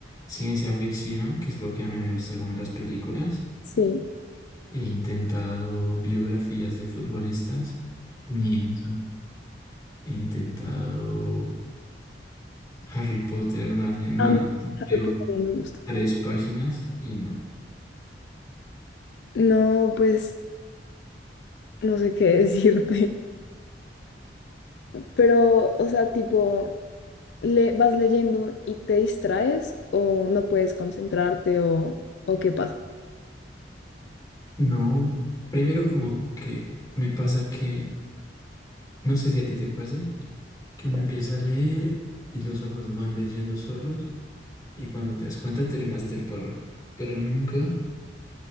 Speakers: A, on the left; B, on the left.
A: ciencia ficción, que es lo que a mí me gusta como en las películas.
B: Sí.
A: He intentado biografías de futbolistas, ni eso. He intentado Harry Potter, Narnia, nada.
B: Ah, no, Harry
A: Leo
B: Potter no me gusta.
A: tres páginas y no.
B: No, pues no sé qué decirte. <laughs> Pero, o sea, tipo, le vas leyendo y te distraes o no puedes concentrarte o, o qué pasa.
A: No, primero como que me pasa que, no sé si a ti te pase que uno empieza a leer y los ojos van leyendo solos y cuando te das cuenta terminaste el párrafo, pero nunca